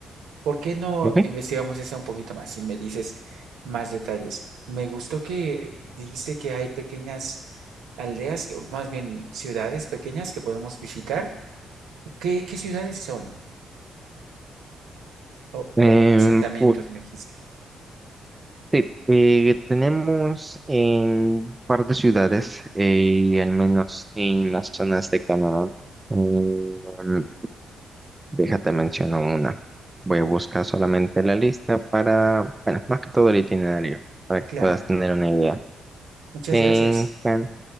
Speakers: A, on the right; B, on the right.
A: ¿Por qué no
B: Ok.
A: investigamos eso un poquito más y me dices más detalles? Me gustó que dijiste que hay pequeñas aldeas, o más bien ciudades pequeñas que podemos visitar. ¿Y ¿Qué, qué ciudades son? O,
B: Em,
A: o asentamientos,
B: pu-
A: me dijiste.
B: Sí, eh, tenemos en un par de ciudades, eh, al menos en las zonas de Canadá. Mm, déjate menciono una. Voy a buscar solamente la lista para, bueno, más que todo el itinerario, para que
A: Claro,
B: puedas tener una idea.
A: muchas
B: En
A: gracias.
B: Can-